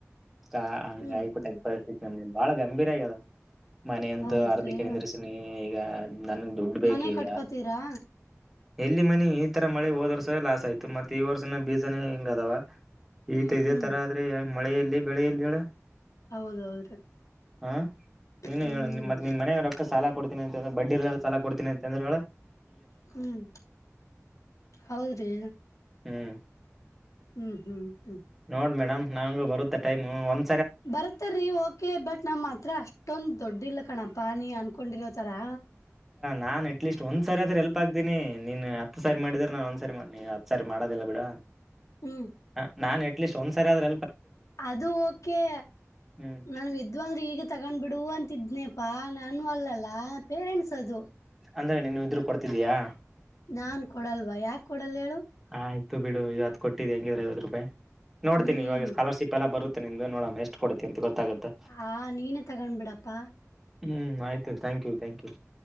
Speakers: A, in the centre; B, on the left (about 80°).
A: ಕ ಹಂಗ
B: ಹ್ಮ್
A: ಆಗ್ಬಿಟ್ಟೈ
B: ಹ್ಮ್
A: ಪರಿಸ್ಥಿತಿ ನಮ್ದ ಬಾಳ ಗಂಭೀರ ಆಗ್ಯದ ಮನ ಅಂತೂ
B: ಹೌದ್ರಿ
A: ಅರ್ಧಿ ಕಿದಿರ್ಸಿನಿ ಈಗ ನನ್ ದುಡ್ ಬೇಕು
B: ಮನೆ
A: ಈಗ
B: ಕಟ್ಕೋತೀರಾ
A: ಎಲ್ಲಿ ಮನೆ ಈ ತರ ಮಳೆ ಹೋದವರ್ಸ ಲಾಸ್ ಆಯ್ತು ಮತ್ತೆ ಈ ವರ್ಷನ ಬೀಜನೇ ಹಿಂಗ ಅದಾವ
B: ಹ್ಮ್
A: ಈತ ಇದೇ
B: ಹ್ಮ್
A: ತರ ಆದ್ರೆ ಮಳೆಯಲ್ಲಿ ಬೆಳೆಯಲ್ಲಿಳ
B: ಹೌದೌದ್ರಿ
A: ಹಾ ನೀನು
B: ಹ್ಮ್
A: ಹೇಳ ನಿ ನಿಮ ಮನಾಗ ರಕ್ಕ ಸಾಲ ಕೊಡ್ತಿನಿ ಅಂದ ಬಡ್ಡಿ ಎಲ್ಲ ಸಲಾ ಕೊಡ್ತೀಿ ಅಂದ್ರೆ
B: ಹ್ಮ್ ಹೌದ್ರಿ
A: ಹ್ಮ್
B: ಹ್ಮ್ ಹ್ಮ್ ಹ್ಮ್
A: ನೋಡ್ ಮೇಡಮ್ ನಂಗ ಬರುತ್ತೆ ಟೈಮ್ ಒಂದ
B: ಬರ್ತಾರರಿ ಓಕೆ ಬಟ್ ನಮ್ಮ್ ಹತ್ರ ಅಷ್ಟೊಂದ್ ದೊಡ್ಡಿ ಇಲ್ಲ ಕಣ ಪಾನಿ ಅನ್ ಹಕೊಂಡಿರೋ ತರಾ
A: ನಾ ಅಟ್ೀಸ್ಟ್ ಒಂದ ಸರಿ ಆದ್ರ ಎ ಗ್ದೀನಿ ನಿನ್ ಸರಿ ಮಾಡಿದ್ರ ನಾನ ಒಂದ ಸರಿ ಮಾಡಿ ಅತ್ ಸಾರಿ ಮಾಡೋದಿಲ್ಲ ಬಿಡ
B: ಹ್ಮ್
A: ಹ ನಾನ್ ಎ ಷ್ಟ ಒಂದ ಸರಿ ಆದ್ರ
B: ಅದು ಓಕೆ
A: ಹ್ಮ್
B: ನನ್ ವಿದ್ವಂದ್ರೆ ಈಗ ತಗೊಂಡ್ ಬಿಡುುವ ಅಂತ ತಿದನಿಪ್ಪಾ ನಾನ ಅಲ್ಲಲ್ಲ ಪೇರೆಂಟ್ಸ್ ಅದು
A: ಅಂದ್ರೆ ನೀನು ಇದ್ರು ಕೊಡ್ತಿದಯಾ
B: ನಾನ್ ಕೊಡಲ್ವ ಯಾಕ ಕೊಡಲ್ ಹೇಳು
A: ಆಯ್ತು ಬಿಡು ಇವತ್ತುಟ್ಟಿದ್ದ ಹೆಂಗ್ರ ಐವತ್ತು ರೂಪಾಯಿ ನೋಡ್ತೀನಿ
B: ಹ್ಮ್
A: ಇವಾಗ ಸ್ಕಾಲರ್ಶಿಪ್ ಎಲ್ಲ ಬರುತ್ತೆ ನಿ ನಡ ಎಷ್ಟ ಕೊಡ್ತಿ ಅಂತ ಗೊತ್ತಾಗುತ್ತೆ
B: ಹ ನೀನ ತಗೊಂಡ್ಬಿಡಪ್ಪಾ
A: ಹ್ಮ್ ಆ್ತು ಥಾಂಕ್ ಯು ಥಂಕ್ ಯು